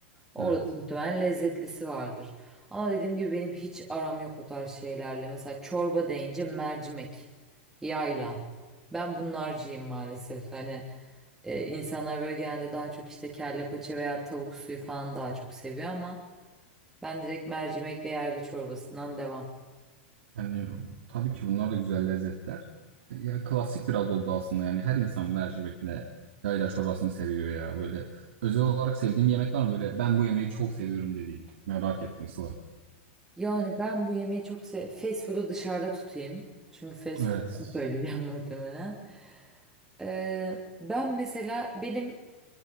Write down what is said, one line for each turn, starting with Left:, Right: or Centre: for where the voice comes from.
Centre: orada
Right: Evet.
Centre: da muhtemelen lezzetlisi vardır. Ama dediğim gibi benim hiç aram yok o tarz şeylerle. Mesela çorba deyince mercimek, yayla. Ben bunlarcıyım maalesef. Hani e, insanlar böyle genelde daha çok işte kelle paça veya tavuk suyu falan daha çok seviyor ama ben direkt mercimek ve yayla çorbasından devam.
Right: Yani tabii ki bunlar da güzel lezzetler. E, Ya klasik biraz oldu aslında yani her insan mercimekle yayla çorbasını seviyor ya. Böyle özel olarak sevdiğim bir yemek var mı? Böyle ben bu yemeği çok seviyorum dediğin. Merak ettim Sıla.
Centre: Yani ben bu yemeği çok sev fast food'u dışarıda tutayım. Çünkü fast
Right: Evet.
Centre: food'u söyleyeceğim <laughs> muhtemelen. Ee, ben mesela benim